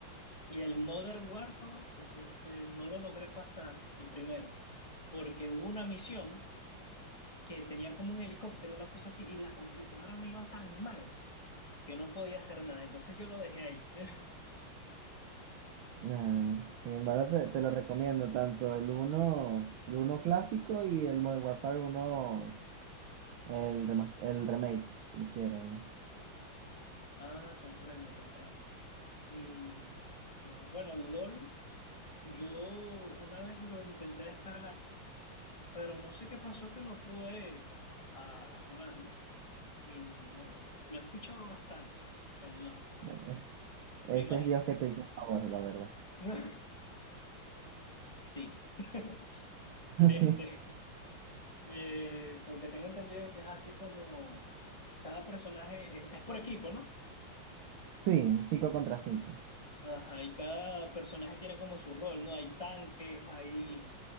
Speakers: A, on the left (about 15°); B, on the right (about 80°).
A: y el Modern Warfare, pues, este, no lo logré pasar, el primero, porque hubo una misión que tenía como un helicóptero, una cosa así, y la computadora me iba tan mal que no podía hacer nada, entonces yo lo dejé ahí. <laughs>
B: Nah, sin embargo, te, te lo recomiendo, tanto el uno el uno clásico y el Modern Warfare uno el, remas- el remake que hicieron.
A: Ah, comprendo, comprendo. Y este, bueno, LOL, yo una vez lo intenté descargar, pero no sé qué pasó que no pude ah, jugarlo. Y no, lo he escuchado bastante en LOL,
B: Bueno, es- ese
A: me imagino.
B: es Dios que te hizo un favor, la verdad.
A: <laughs> Sí. <laughs>
B: <laughs>
A: Este, eh, porque tengo entendido que es así como cada personaje es, es por equipo, ¿no?
B: Sí, un 5 contra cinco
A: Ajá, y cada personaje tiene como su rol, ¿no? Hay tanques, hay